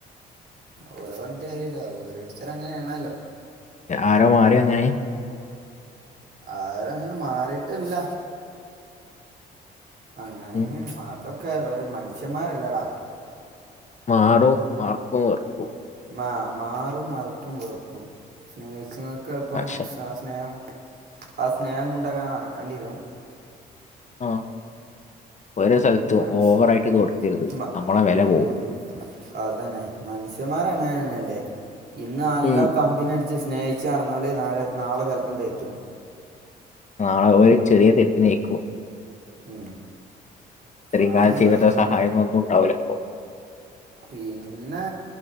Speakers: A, on the right; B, on the left.
A: ഓലോ പറഞ്ഞിട്ട് കാര്യല്ലോ. ഓരോരുത്തരും അങ്ങനൊണല്ലോ.
B: ആരോ മാര്യോ അങ്ങനെ?
A: ആരങ്ങനെ മാറിട്ടല്ല. അങ്ങനെ
B: ഉം
A: അതൊക്കെ ഒരു മനുഷ്യന്മാരല്ലടാ
B: മാറൂ മർക്കും വർക്കൂ
A: മാ മാറും മറക്കും വെറുക്കും സ്നേഹിച്ചങ്ങൾക്ക് എളുപ്പം
B: മനുഷ്യൻ
A: ആ സ്നേഹം ആ സ്നേഹം കൊണ്ട അങ്ങനെ നടക്കാണ്ടിരും
B: ആ ഓരോ സ്ഥലത്തും
A: മനുഷ്യ
B: ഓവറായിട്ട് ഇത് കൊടുക്കരുത്
A: മ
B: നമ്മളെ വില പോവും
A: ഉം അതന്നെ മനുഷ്യന്മാർ എങ്ങനെന്നെല്ലേ. ! ഇന്ന് എല്ലാം
B: ഉം
A: കമ്പിനട് ച്ച് സ്നേഹിച്ചച്ച് നടന്ന പോലല് നാളെ നാളെ ചെല്പ്പം തെറ്റും
B: നാണ ഒരു ചെറിയ തെറ്റി നീക്കും
A: ഉം
B: ഇത്രയും
A: അതൊന്നും
B: കാലം ചെയ്തരു
A: പറഞ്ഞിട്ട് കാര്യല്ല
B: സഹായം ഒന്നും ഉണ്ടാവില്ല
A: പിന്നെ